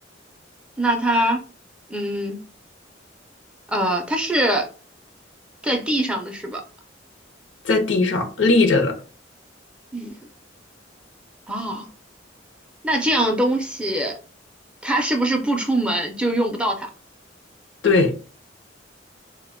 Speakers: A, in the centre; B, on the left (about 70°).
A: 那它，嗯，呃，它是在地上的是吧？
B: 在地上立着的，
A: 嗯，哦，那这样东西，它是不是不出门就用不到它？
B: 对，